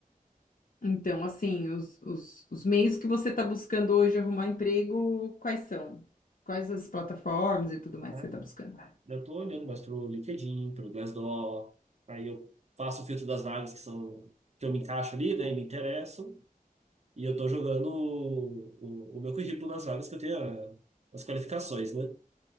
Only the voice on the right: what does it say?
tá?
Eu estou olhando mais pro LinkedIn, pro Glassdoor. Aí eu faço o filtro das vagas que são que eu me encaixo ali, né, e me interessam. E eu estou jogando o, o, o meu currículo nas vagas que eu tenho a- as qualificações, né?